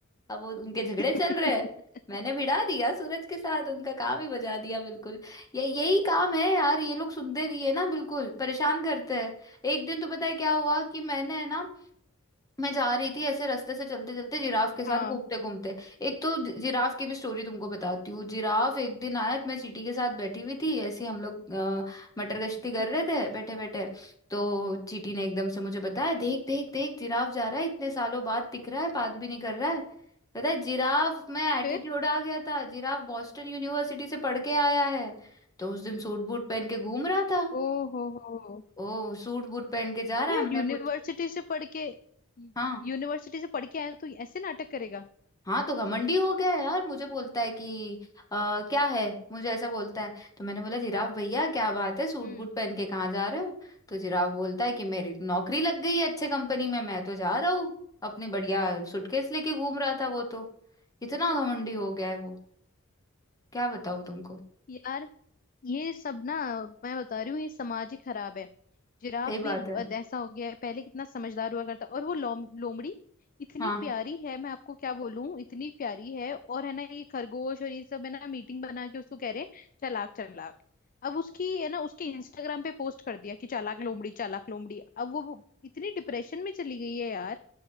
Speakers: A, on the left; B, on the left.
A: अब वो उनके
B: <laughs>
A: झगड़े चल रहे हैं मैंने भिड़ा दिया सूरज के साथ उनका काम ही बजा दिया बिल्कुल ये यही काम है यार ये लोग सुनते नहीं है ना बिल्कुल परेशान करते हैं एक दिन तो पता है क्या हुआ कि मैंने है ना मैं जा रही थी ऐसे रास्ते से चलते चलते जिराफ के साथ
B: हाँ
A: घूमते घूमते एक तो जि- जिराफ की भी स्टोरी तुमको बताती हूँ जिराफ एक दिन आया तो मैं चींटी के साथ बैठी हुई थी ऐसे ही हम लोग अ, मटर गश्ती कर
B: ठीक
A: रहे
B: है
A: थे बैठे बैठे तो चींटी ने एकदम से मुझे बताया देख देख देख जिराफ जा रहा है इतने सालों बाद दिख रहा है बात भी नहीं कर रहा है पता है जिराफ में एटीट्यूड
B: फिर
A: आ गया था जिराफ बॉस्टन यूनिवर्सिटी से पढ़ के आया है तो उस दिन सूट बूट पहन के घूम रहा था
B: ओ हो हो हो।
A: ओ सूट बूट पहन के जा रहा
B: तो यार
A: है हमने
B: यूनिवर्सिटी
A: पूछ
B: से पढ़ के
A: हाँ।
B: यूनिवर्सिटी से पढ़ के आया तो ऐसे नाटक करेगा
A: हाँ तो घमंडी हो गया यार मुझे बोलता है कि आ, क्या है मुझे ऐसा बोलता है तो मैंने बोला जिराफ भैया क्या बात है सूट
B: हम्म
A: बूट पहन के कहाँ जा रहे हो तो जिराफ बोलता है कि मेरी तो नौकरी लग गई है अच्छे कंपनी में मैं तो जा रहा हूँ अपनी बढ़िया सूटकेस लेके घूम रहा था वो तो इतना घमंडी हो गया है वो क्या बताऊँ तुमको
B: यार ये सब ना मैं बता रही हूँ ये समाज ही खराब है जिराफ
A: सही बात
B: भी
A: है
B: अब ऐसा हो गया है पहले कितना समझदार हुआ करता और वो लोम, लोमड़ी इतनी
A: हाँ
B: प्यारी है मैं आपको क्या बोलूं इतनी प्यारी है और है ना ये खरगोश और ये सब है ना मीटिंग बना के उसको कह रहे हैं चालाक चालाक अब उसकी है ना उसके इंस्टाग्राम पे पोस्ट कर दिया कि चालाक लोमड़ी चालाक लोमड़ी अब वो वो इतनी डिप्रेशन में चली गई है यार